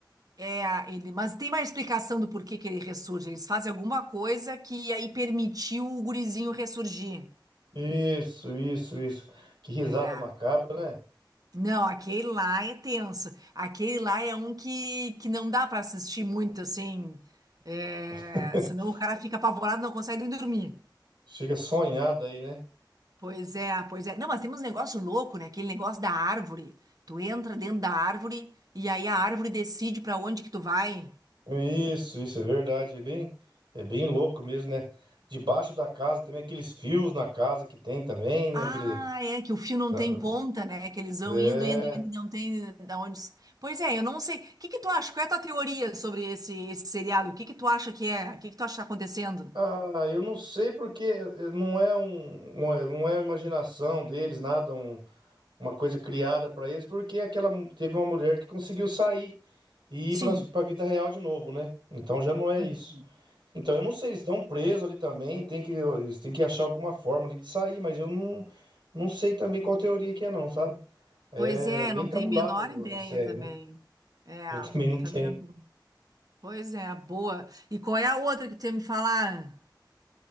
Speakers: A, on the right; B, on the right.
A: É, ele... Mas tem mais explicação do porquê que ele ressurge. Eles fazem alguma coisa que aí permitiu o gurizinho ressurgir.
B: Isso, isso, isso. Que risada
A: É.
B: macabra, né?
A: Não, aquele lá é tenso. Aquele lá é um que, que não dá pra assistir muito, assim. É,
B: <laughs>
A: Senão o cara fica apavorado, não consegue nem dormir.
B: Chega sonhada aí, né?
A: Pois é, pois é. Não, mas temos um negócio louco, né? Aquele negócio da árvore. Tu entra dentro da árvore e aí a árvore decide pra onde que tu vai.
B: Isso, isso é verdade. É bem, é bem louco mesmo, né? Debaixo da casa também, aqueles fios na casa que tem também, né?
A: Ah,
B: Aquele.
A: é que o fio não
B: ah,
A: tem ponta, né? Que eles vão
B: É.
A: indo, indo, indo, e não tem eh, da onde. Pois é, eu não sei. O que que tu acha? Qual é a tua teoria sobre esse, esse seriado? O que que tu acha que é? O que que tu acha que tá acontecendo?
B: Ah, eu não sei porque eh, não é um, não é não é a imaginação deles, nada, um- uma coisa criada para eles, porque aquela mu- teve uma mulher que conseguiu sair e
A: Sim.
B: ir para a vida real de novo, né? Então já não é
A: Uhum.
B: isso. Então, eu não sei, eles estão presos ali também, tem que, eles têm que achar alguma forma ali de sair, mas eu não, não sei também qual teoria que é não, sabe? É
A: Pois é,
B: bem
A: não
B: cabulado
A: tem a menor ideia
B: a série,
A: também.
B: né?
A: É,
B: Eu <laughs> também não tenho.
A: também não. Pois é, boa. E qual é a outra que tu ia me falar?